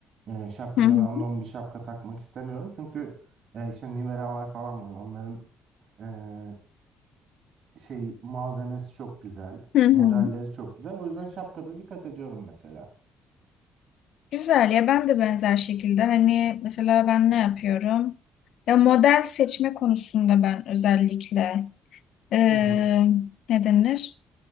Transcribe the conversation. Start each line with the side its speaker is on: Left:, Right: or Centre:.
Right: E, şapkada
Left: Hı hı.
Right: random bir şapka takmak istemiyorum. Çünkü e, işte Nivea var falan var. Onların e, şey malzemesi çok güzel.
Left: Hı hı.
Right: Modelleri çok güzel. O yüzden şapkada dikkat ediyorum mesela.
Left: Güzel ya ben de benzer şekilde hani mesela ben ne yapıyorum? Ya model seçme konusunda ben özellikle eee
Right: Hı hı.
Left: ne denir?